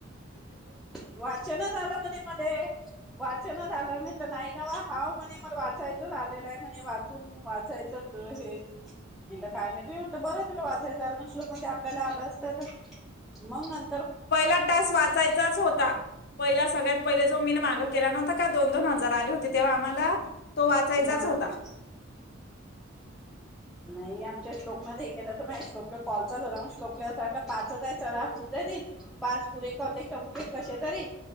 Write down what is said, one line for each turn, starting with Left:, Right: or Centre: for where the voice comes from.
Centre: वा चन झालं म्हणे मले वाचनच आलं म्हटलं नाही नावा हाव म्हणे मला वाचायचंच आलेलं आहे म्हणे, वाचून वाचायचं हे म्हटलं काय म्ह म म्हटलं, बरं तुला वाचायचं आलं श्लोक म्हणजे आपल्याला आलं असतं मग न-
Left: पहिला टास्क वाचायचाच होता. पहिला सगळ्यात पहिले जो मी न मागं केला नव्हता का? दोन दोन हजार आले. तेव्हा आम्हाला तो वाचायचाच
Centre: हा
Left: होता.
Centre: हा नाही आमच्या श्लोक मध्ये तर माझ श्लोकला कॉलचाच होता श्लोकला वाट पाचच च होन जा पाच पुरे कॉलते कमप्लीट कसे तरी